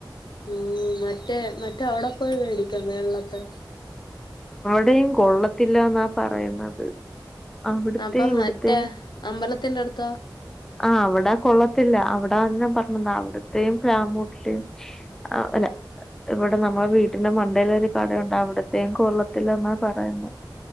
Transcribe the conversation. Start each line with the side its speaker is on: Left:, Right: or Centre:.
Left: മൂ മറ്റേ മറ്റേ അവിടെ പോയി മേടിക്കുന്നേ എല്ലാം ത്ത്
Centre: അത്രയും കൊള്ളത്തില്ലാന്നാ പറയുന്നത് അവിടുത്തെ
Left: അപ്പം
Centre: ഇവിടുത്തെ
Left: മറ്റേ അമ്പലത്തിന്റെ അടുത്തോ
Centre: ആ അവിടെ കൊള്ളത്തില്ല അവിടെ അന്നേ പറഞ്ഞതാ അവിടെത്തെയും പ്ലാമുട്ടിലെയും അല്ല ഇവിടെ നമ്മടെ വിടിന്റെ മണ്ടേവരെ കടയുണ്ട് അവടത്തെയും കൊള്ളത്തില്ലന്നാ പറയുന്നേ